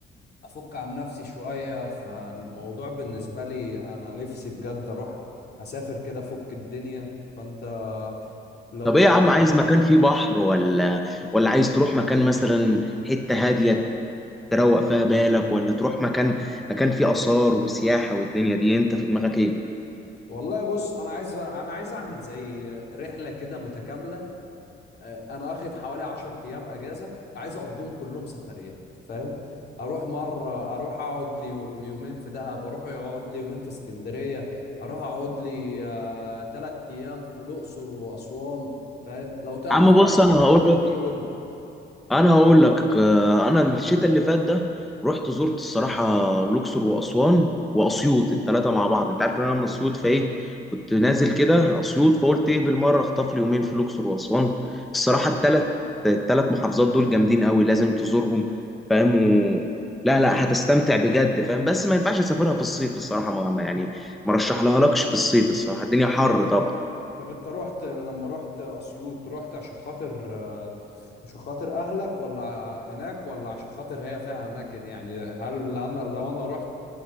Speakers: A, on the left; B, in the centre.
A: افك عن نفسي شوية فالموضوع بالنسبة لي انا نفسي بجد اروح اسافر كده افك الدنيا فانت لو
B: طب
A: تعرف
B: إيه يا عم عايز مكان فيه بحر ولا ولا عايز تروح مكان مثلا حتة هادية تروق فيها بالك ولا تروح مكان مكان فيه آثار وسياحة والدنيا دي أنت في دماغك إيه؟
A: والله بص انا عايز انا عايز اعمل زي رحلة كده متكاملة آه، انا واخد حوالي 10 ايام اجازه عايز اقضيهم كلهم سفريات فاهم اروح مره اروح اقعد لي يومين في دهب اروح اقعد لي يومين في اسكندريه اروح اقعد لي آه، تلات ايام في الاقصر واسوان فاهم لو تعرف
B: يا عم
A: حاجه
B: بص
A: عن
B: أنا
A: الاماكن
B: هقول لك
A: دي قول لي
B: انا هقول لك آه، انا الشتاء اللي فات ده رحت زرت الصراحه الاقصر واسوان واسيوط الثلاثه مع بعض انت عارف ان انا من اسيوط فايه كنت نازل كده اسيوط فقلت ايه بالمره اخطف لي يومين في الاقصر واسوان الصراحه الثلاث الثلاث محافظات دول جامدين قوي لازم تزورهم فاهم و... لا لا هتستمتع بجد فاهم بس ما ينفعش اسافرها في الصيف الصراحه ما ما- يعني ما رشح لها لكش في الصيف الصراحه الدنيا حر طبعا
A: طب انت رحت لما رحت اسيوط رحت عشان خاطر آه، عشان خاطر اهلك ولا هناك ولا عشان خاطر هي فيها اماكن يعني هل انا لو انا رحت